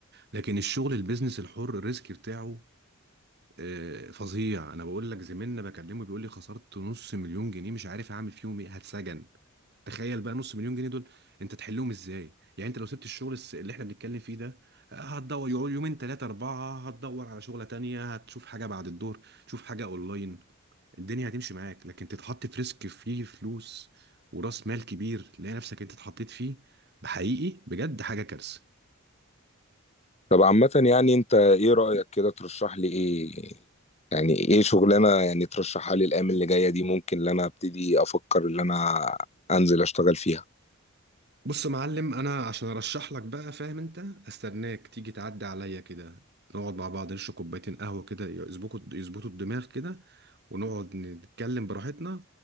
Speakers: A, on the right; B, on the left.
A: لكن الشغل البيزنس الحر الريسك بتاعه آه، فظيع انا بقول لك زميلنا بكلمه بيقول لي خسرت نص مليون جنيه مش عارف اعمل فيهم ايه هتسجن تخيل بقى نص مليون جنيه دول انت تحلهم ازاي يعني انت لو سبت الشغل الس- اللي احنا بنتكلم فيه ده آه، هتدور يقعد يومين ثلاثة أربعة هتدور على شغلة تانية هتشوف حاجة بعد الظهر تشوف حاجة اونلاين الدنيا هتمشي معاك لكن تتحط في ريسك فيه فلوس ورأس مال كبير تلاقي نفسك انت اتحطيت فيه بحقيقي بجد حاجة كارثة
B: طب عامة يعني انت ايه رأيك كده ترشح لي ايه يعني ايه شغلانة يعني ترشحها لي الايام اللي جاية دي ممكن ان انا ابتدي افكر ان انا انزل اشتغل فيها
A: بص يا معلم انا عشان ارشح لك بقى فاهم انت استناك تيجي تعدي عليا كده نقعد مع بعض نشرب كوبايتين قهوه كده يظبطوا يظبطوا الدماغ كده ونقعد نتكلم براحتنا